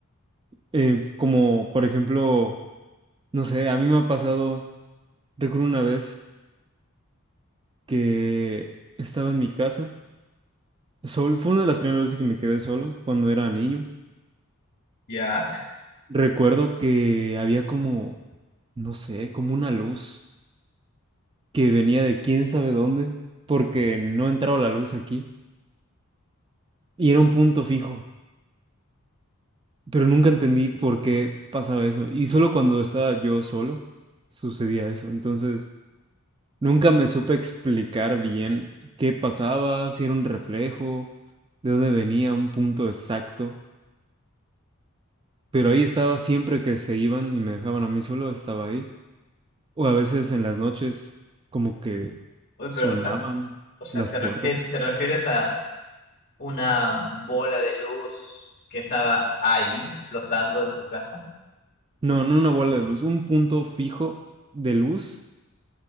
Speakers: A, on the right; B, on the left.
A: Eh, como por ejemplo, no sé, a mí me ha pasado, recuerdo una vez que estaba en mi casa, sol, fue una de las primeras veces que me quedé solo cuando era niño.
B: Ya,
A: Recuerdo que había como, no sé, como una luz. que venía de quién sabe dónde, porque no entraba la luz aquí y era un punto fijo, pero nunca entendí por qué pasaba eso. Y solo cuando estaba yo solo sucedía eso. Entonces, nunca me supe explicar bien qué pasaba, si era un reflejo, de dónde venía un punto exacto, pero ahí estaba siempre que se iban y me dejaban a mí solo, estaba ahí. O a veces en las noches como que
B: Oye,
A: sonaban
B: pero, o sea, o sea,
A: las
B: te
A: puertas.
B: refier- te refieres a una bola de luz que estaba ahí flotando en tu casa.
A: No, no una bola de luz, un punto fijo de luz